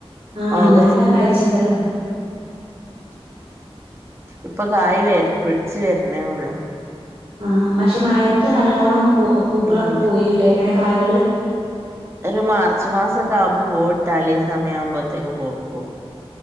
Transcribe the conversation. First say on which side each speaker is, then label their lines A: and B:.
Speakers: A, on the right; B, on the right.
A: ആഹ്
B: ഓഗസ്റ്റ്
A: ഞാനും അഹ് കഴിച്ചിണ്ടല്ലോ
B: ഇപ്പൊ കായി പിടിച്ച് വര്ണേ ഒള്ളൂ
A: ആഹ് പക്ഷെ മഴത്ത് നല്ലോണ്ണം പൂക്കളൊക്കെ
B: ഉം
A: കൊയൂലേ ഇങ്ങനെ കായ്കള്?
B: ഒരു മാർച്ച് മാസൊക്കെ ആവുമ്പോ പൂവ് ഇട്ടാൽ ഈ സമയവുമ്പോത്തേക്ക് പൊവ്ക്കും